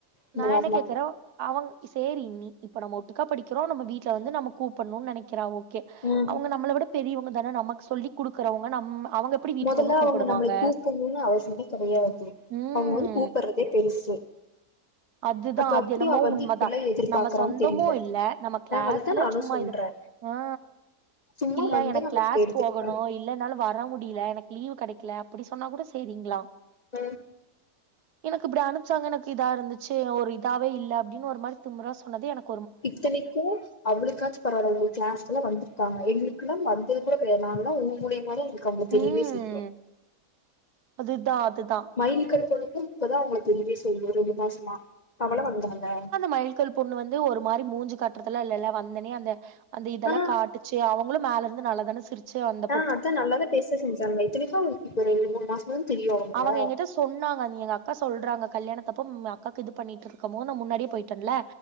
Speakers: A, on the left; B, on the right.
A: இந்த
B: நா
A: மாரிலா
B: என்ன கேக்கறோ அவங் சேரி நி இப்ப நம்ம ஒட்டுக்கா படிக்கிறோ நம்ம வீட்ல வந்து நம்ம கூப்பன்னுன் நெனக்கிறா ஓகே
A: ம்
B: அவுங்க நம்மள விட பெரியவங்க தான நமக்கு சொல்லி குடுக்குறவங்க நம் அவங்க எப்டி வீட்டுக்கு
A: மொதல்ல
B: வந்து கூப்புடுவாங்க
A: அவுங்க நம்மளய கூப்புண்ணுனு அவசியமே கெடையாது
B: ம்
A: அவுங்க வந்து கூப்பறதே பெருசு
B: அதுதா
A: அப்ப
B: அது
A: அப்டி
B: என்னமோ
A: அவ வந்து
B: உண்மதா
A: இப்பில்லா எதிர்பார்க்கறான்னு
B: நம்ம சொந்தமு
A: தெரில
B: இல்ல நம்ம கிளாஸ்ல
A: ஆ அதுதா நானு
B: சும்மா
A: சொல்றே
B: இத ஆ
A: சும்மா
B: இல்ல
A: வந்து
B: எனக்கு
A: நமக்கு
B: கிளாஸ்
A: எடுத்துட்டு
B: போகணு
A: போய்
B: இல்ல என்னால வ ர முடில எனக்கு லீவ் கெடைக்கல அப்டி சொன்னா கூட சேரிங்களா
A: ம்
B: எனக்கு இப்டி அனுச்சாங்க எனக்கு இதா இருந்துச்சு ஒரு இதாவே இல்ல அப்டினு ஒரு மாரி திமிறா சொன்னது எனக்
A: இத்தனைக்கு அவளுக்காச்சு பரவால உங்கு கிளாஸ்க்கெலா வந்துருக்காங்க எங்களுக்கெல்லா வந்தது கூட தெரியாது நான்லா உ மூலியமாத என க்கு அவங்கள தெரியவே
B: ம்
A: செய்யு
B: அதுதா அதுதா
A: மயில் கட் பண்ணது இப்பதா அவுங்கள தெரியவே செய்யு ரெண்டு மாசமா அவளா வந்தாலா
B: மைல் கள் பொண்ணு வந்து ஒரு மாரி மூஞ்சி காட்டறதுலா இல்லல்ல வந்தொனே அந்த அந்த இதெல்லா
A: ஆ
B: காட்டுச்சு அவுங்களு மேல இருந்து நல்லா தான சிரிச்சு வந்
A: ஆ அதா நல்லாவே பேச செஞ்சாங்க இத்தனைக்கு அவுங்களுக்கு இப்ப ஒரு ரெண்டு மூணு மாசமாதான தெரியு அவுங்கள
B: அவங்க என்கிட்ட சொன்னாங்க அண்ணியலா அக்கா சொல்றாங்க கல்யாணத்தப்ப அக்காக்கு இது பண்ணிட்டு இருக்கும் போது நா முன்னாடியே போய்ட்டன்ல